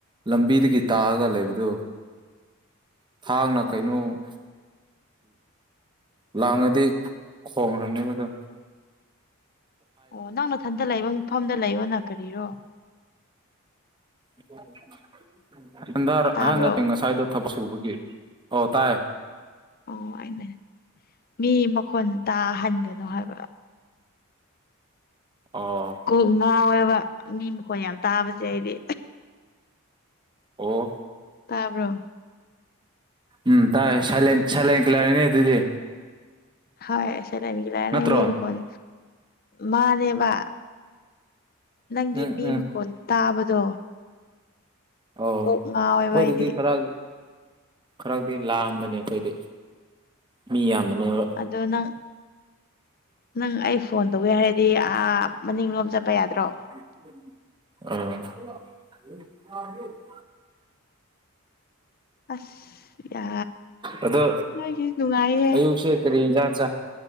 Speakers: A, on the right; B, on the left.
A: ꯂꯝꯕꯤꯗꯒꯤ ꯇꯥꯔꯒ ꯂꯩꯕꯗꯣ ꯊꯥꯡꯅ
B: ꯑꯣ
A: ꯀꯩꯅꯣ ꯂꯥꯡꯉꯗꯤ ꯈꯣꯡꯈ꯭ꯔꯅꯤ ꯃꯗꯣ
B: ꯑꯣ ꯅꯪ ꯅꯊꯟꯇ ꯂꯩꯕ ꯃꯐꯝꯗ ꯂꯩꯌꯣꯅ ꯀꯔꯤꯔꯣ
A: <unintelligible>
B: ꯇꯥꯕ꯭ꯔꯣ
A: ꯅꯠꯇꯦ ꯉꯁꯥꯏꯗꯣ ꯊꯕꯛ ꯁꯨꯕꯒꯤ ꯑꯣ ꯇꯥꯏ
B: ꯑꯣ ꯑꯩꯅ ꯃꯤ ꯃꯈꯣꯟ ꯇꯥꯍꯟꯒꯅꯣ ꯍꯥꯏꯕ
A: ꯑꯣ
B: ꯀꯣꯛ ꯉꯥꯎꯌꯦꯕ ꯃꯤ ꯃꯈꯣꯟ ꯌꯥꯝ ꯇꯥꯕꯁꯦ ꯑꯩꯗꯤ
A: ꯑꯣ
B: ꯇꯥꯕ꯭ꯔꯣ
A: ꯎꯝ ꯇꯥꯏ ꯁꯥꯏꯂꯦꯟ ꯁꯥꯏꯂꯦꯟ ꯀꯤꯂꯔꯅꯤꯅꯦ ꯑꯗꯨꯗꯤ
B: ꯍꯣꯏ ꯁꯥꯏꯂꯦꯟ ꯀꯤꯜꯂꯔꯅꯦ
A: ꯅꯠꯇ꯭ꯔꯣ
B: ꯃꯤꯃꯈꯣꯟ ꯃꯥꯅꯦꯕ ꯅꯪꯒꯤ
A: ꯎꯝ
B: ꯃꯤ
A: ꯎꯝ
B: ꯃꯈꯣꯟ ꯇꯥꯕꯗꯣ
A: ꯑꯣ
B: ꯀꯣꯛ
A: ꯑꯩꯈꯣꯏꯗꯗꯤ
B: ꯉꯥꯎꯋꯦꯕ ꯑꯩꯗꯤ
A: ꯈꯔ ꯈꯔꯗꯤ ꯂꯥꯡꯕꯅꯦ ꯑꯩꯈꯣꯏꯗꯤ ꯃꯤ ꯌꯥꯝꯕꯅꯦꯕ
B: ꯑꯗꯣ ꯅꯪ ꯅꯪ ꯑꯩ ꯐꯣꯟ ꯇꯧꯌꯦ ꯍꯥꯏꯔꯗꯤ ꯑꯥ ꯃꯅꯤꯡꯂꯣꯝ ꯆꯠꯄ ꯌꯥꯗ꯭ꯔꯣ
A: ꯑꯥ
B: ꯑꯁ ꯌꯥ
A: ꯑꯗꯣ
B: ꯅꯣꯏꯒꯤ ꯅꯨꯡꯉꯥꯏꯌꯦ
A: ꯑꯌꯨꯛꯁꯦ ꯀꯔꯤ ꯏꯟꯖꯥꯡ ꯆꯥ